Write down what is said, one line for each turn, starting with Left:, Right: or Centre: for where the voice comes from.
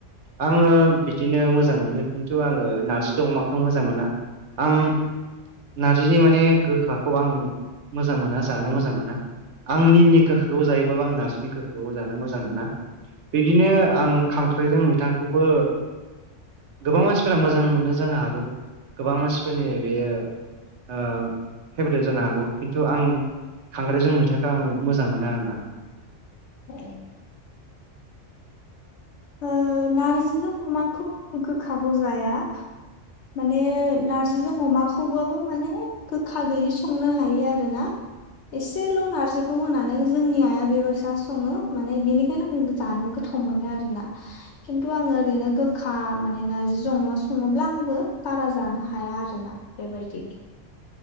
Right: आङो बिदिनो मोजां मोनो खिन्थु आङो नारजि द अमाखौ मोजां मोना। आं। नारजिनि माने गोखाखौ आं मोजां मोना जानो मोजां मोना। आं निमनि गोखोखौ जायोबाबो आं नार्जिनि गोखोखौ जानो मोजां मोना बे। बिदिनो आं खांख्राइजों मैथाखौबो गोबां मानसिफोरा मोजां मोनो जानो हागौ गोबां मानसिफोरनि बेयो ओ फेभरेट जानो हागौ खिन्थु आं खांराइजों मैथाखौ आं मोजां मोना आरोना।
Left: औ। ओ नारजिजों अमाखौ आंबो गोखाखौ जाया। माने नारजिजों अमाखौबाबो माने गोखा गैयि संनो हायो आरोना। एसेल नारजिखौ होनानै जोंनि आइआ बेबायस सङो माने बेनिखायनो आं जानो गोथ थ' मोनो आरोना खिन्थु आङो ओरैनो गोखा माने नारजिजों अमा सङोब्ला आंबो बारा जानो हाया आरोना। बेबायदि।